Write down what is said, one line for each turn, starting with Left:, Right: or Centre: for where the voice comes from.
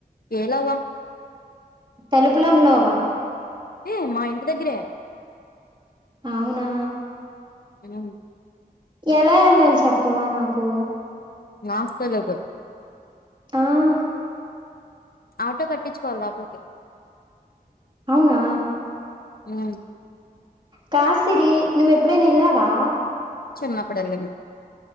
Left: ఏ లోవా
Right: తలుపులం లోవా
Left: ఏ మా ఇంటి దగ్గరే
Right: అవునా
Left: అవును.
Right: ఎలా వెళ్ళాలి చెప్పవా నాకు.
Left: నాస్తలేదద్.
Right: ఆహ్.
Left: ఆటో కట్టించుకోవాలి లేకపోతే.
Right: అవునా.
Left: అవును.
Right: కాద్ సిరి నువ్వు ఎప్పుడైనా ఎళ్ళావా.
Left: చిన్నప్పుడు వెళ్ళాను.